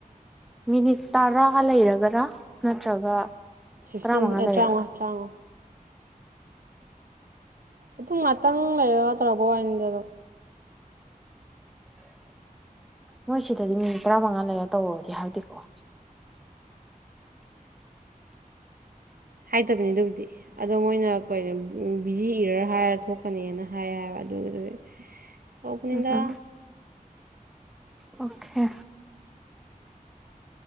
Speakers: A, in the centre; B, on the right.
A: ꯃꯤꯅꯤꯠ ꯇꯔꯥ ꯔꯥ ꯂꯩꯔꯒꯔꯥ ꯅꯠꯇ꯭ꯔꯒ
B: ꯐꯤꯐꯇꯤꯟ
A: ꯇꯔꯥꯃꯉꯥ
B: ꯑꯦ
A: ꯂꯩꯔꯒꯔ
B: ꯇ꯭ꯔꯥꯡꯉꯥ ꯇ꯭ꯔꯥꯡꯉꯥ ꯑꯗꯨ ꯉꯥꯛꯇꯪ ꯂꯩꯔ ꯇꯔꯛꯄ ꯋꯥꯅꯤꯗ ꯑꯗꯨꯝ
A: ꯃꯣꯏ ꯁꯤꯗꯗꯤ ꯃꯤꯅꯤꯠ ꯇꯔꯥꯃꯉꯥ ꯂꯩꯔ ꯇꯧꯔꯣꯗꯤ ꯍꯥꯏꯗꯦꯀꯣ
B: ꯍꯥꯏꯇꯕꯅꯤ ꯑꯗꯨꯕꯨꯗꯤ ꯑꯗꯣ ꯃꯣꯏꯅ ꯀꯩꯅꯣ ꯕꯤꯖꯤ ꯏꯔꯔ ꯍꯥꯏꯔ ꯊꯣꯛ ꯄꯅꯦꯅ ꯍꯥꯏꯌꯦ ꯍꯥꯏꯕ ꯑꯗꯨꯒꯤꯗꯨꯒꯤ <unintelligible> ꯇꯧꯕꯅꯤꯗ
A: ꯎꯝ ꯎꯝ ꯑꯣꯀꯦ